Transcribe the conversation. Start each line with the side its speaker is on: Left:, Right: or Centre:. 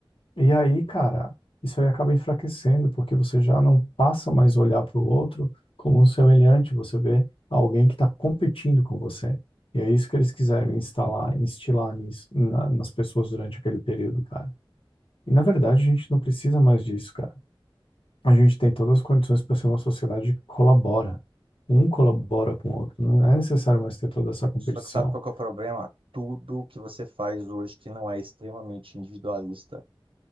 Left: E aí, cara, isso aí acaba enfraquecendo, porque você já não passa mais a olhar para o outro como um semelhante, você vê alguém que está competindo com você. E é isso que eles quiseram instalar, instilar nisso, na- nas pessoas durante aquele período, cara. E na verdade, a gente não precisa mais disso, cara a gente tem todas as condições para ser uma sociedade que colabora. Um colabora com o outro. Não é necessário mais ter toda essa competição.
Right: Só que sabe qual que é o problema? Tudo que você faz hoje que não é extremamente individualista